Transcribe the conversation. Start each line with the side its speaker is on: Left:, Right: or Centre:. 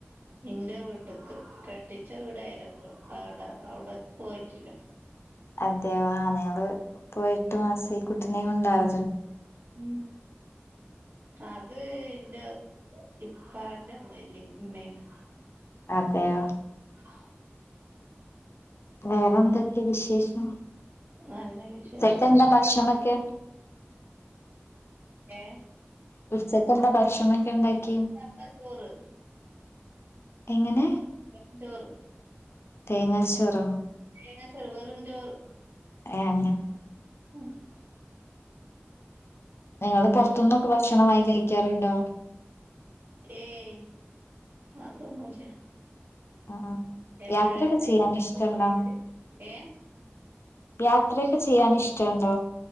Right: ഇന്റെ വീട്ടക്ക്. കെട്ടിച്ച വീട് <unintelligible> അവിടെ അവിടെ പോയിട്ടില്ല
Left: അതെയൊ ആ നിങ്ങള് ഇപ്പൊ എട്ടു മാസെ കുട്ടിനിം കൊണ്ട് <unintelligible>
Right: ഉം അത് ഇന്റെ ഇപ്പാന്റെ വല്‌യി മ്മേണ്
Left: അതെയോ
Right: ആ
Left: വേറെ എന്തൊക്കെ വിശേഷം
Right: നല്ല വിശേഷം
Left: ഉച്ചക്കന്താ ഭക്ഷണൊക്കെ
Right: ഏഹ്?
Left: ഉച്ചക്കെന്താ ഭക്ഷണക്കെ ഉണ്ടാക്കിയെ?
Right: സാദാ ചോറ്
Left: എങ്ങനെ
Right: വെറും ചോറ്
Left: തേങ്ങാച്ചോറോ
Right: <unintelligible> വെറുംഞ്ചോറ്
Left: ഏ അങ്ങനെ
Right: ഉംഹ്
Left: നിങ്ങള് പൊറത്തുന്നൊക്കെ ഭക്ഷണം വാങ്ങി കഴിക്കാറുണ്ടോ
Right: ഏയ്. അതൊന്നുല്ല
Left: ആ
Right: എപ്പഴെങ്കിലും
Left: യാത്രയൊക്കെ ചെയ്യാൻ ഇഷ്ടണ്ടോ
Right: തോന്ന്യാല്. ഏഹ്
Left: യാത്രയൊക്കെ ചെയ്യാൻ ഇഷ്ടണ്ടോ